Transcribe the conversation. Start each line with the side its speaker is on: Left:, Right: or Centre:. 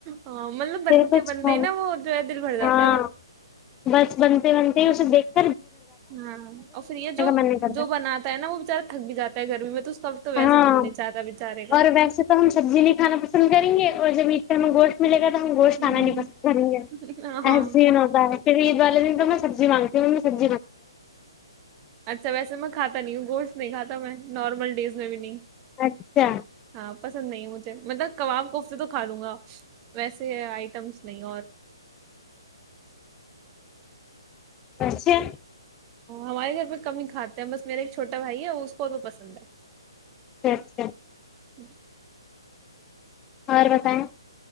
Right: ہاں مطلب
Left: پھر
Right: بنتے
Left: کچھ
Right: بنتے
Left: ک
Right: ہی نا وہ جو ہے دل بھر جاتا
Left: تھا ہاں
Right: ہے بس
Left: بس بنتے بنتے ہی اسب دیکھتے
Right: ہاں اور پھر یہ جو
Left: من نہیں کرتا
Right: جو بناتا ہے نا وہ بچارہ تھک بھی جا ہے گرمی میں تو کا تو ویسے
Left: ہاں
Right: دل نہیں چاہتا بےچارے کا
Left: اور ویسے تو ہم سبزی نہیں کھانا پسند کریں گے اور جب میں گوش ملے گا ہم گوشت
Right: ہوں
Left: کھانا نہیں پسند کریں گے
Right: ہاں
Left: ایحسین ہوتا ہے پھر یہید وال دن تو میں سبزی مانگ ہوں میں سب
Right: اچھا ویسے میں کھاتا نہیں ہوں گوشت نہیں کھا تھا میں نارمل ڈیز میں بھی نہیں
Left: اچھا
Right: ہاں پسند نہیں مجھے مطلب کباب کوفتے تو کھا لوں گا ویسے ہے آئٹمس نہیں اور
Left: اھے
Right: ہمارے گھر پہ کم ہی کھاتے ہیں بس میرا ایک چھوٹا بھائی ہے اس کو پسند ہے
Left: اچھا اچھا
Right: جی
Left: اور بتائیں